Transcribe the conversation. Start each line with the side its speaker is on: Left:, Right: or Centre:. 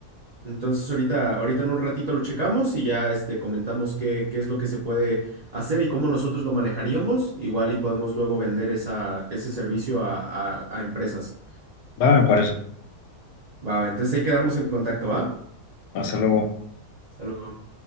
Right: Entonces ahorita, ahorita en un ratito lo checamos y ya este, comentamos qué, qué es lo que se puede hacer y cómo nosotros lo manejaríamos. Igual y podemos luego vender esa, ese servicio a a- a empresas.
Left: Va, me parece.
Right: Va, va, entonces ahí quedamos en contacto, ¿va?
Left: Hasta luego.
Right: Hasta luego.